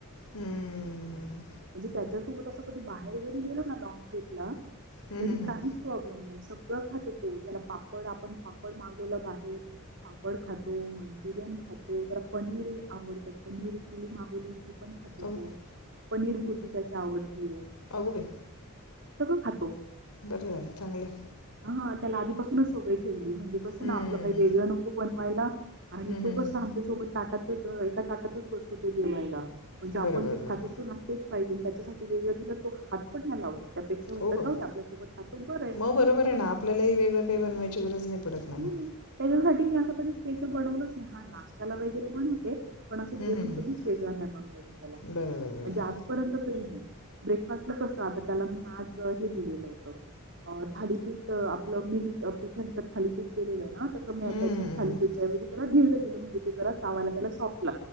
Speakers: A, on the left (about 85°); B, on the right (about 55°).
A: हम्म.
B: म्हणजे त्यात त्याोबत कधी बाहेर जरी गेलो ना ल ट्र्रीपला
A: हम्म,
B: तरी
A: हम्म,
B: काही
A: हम्म.
B: प्रॉब्लेम नाही सगळं खात तो त्याला पापड आपण पापड मागवलं बाहेर पापड खातो मंचुरियन खातो त्याला पनीर आवडतं पनीर चिली मागुली खो
A: अगो बाई
B: पनीर भुर्जी त्याची आवडतीय
A: अगवे
B: सगळं खातो
A: बरं झालं चांगलं
B: हा त्याला आधीपासूनच सवय ठेवली म्हणजे कसं
A: हं.
B: ना आपलं काही वेगळं नको बनवायला आणि
A: हं,
B: तो
A: हं,
B: कस
A: हं.
B: आमच्यासोबत ताटातच एका ताटातच बसतो तो जेवायला म्हणजे आपण
A: बरोबर,
B: जे
A: बरोबर.
B: खात असो ना तेच पाहिजे त्याच्यासाठी वेगळ दि तो हात पण नाही लावत अेक्षा म्हट
A: हो बापरे!
B: जाऊ आपल्यासोबत खातो बरं आहे
A: मग
B: बरोबर
A: ना, आपल्यालाही
B: आहे आप
A: वेगळं काही बनवायची गरज नाही पडत ना मग.
B: व त्याच्यासाठी मी अस कधी स्पेशल बनवलच नाही हा नाशत्याला वगैरे बनवते पण असं
A: हं,
B: जेवण
A: हं, हं.
B: कधीच वेगळं नाही बनवलं मी त्याला
A: बरोबर, बरोबर.
B: म्हणजे आजपर्यंत तरी नाही ब्रेकफास् कस आता त्याला मी आज दि हो थालीपीठ आपलं म पीठां थालीपीठ केलेलं ना तसं म्याच्या
A: हं, हं, हं.
B: खालीपीच्याऐज त्यालाधीड दिलं म्हणज ते जरा चायला त्याला सॉफ्ट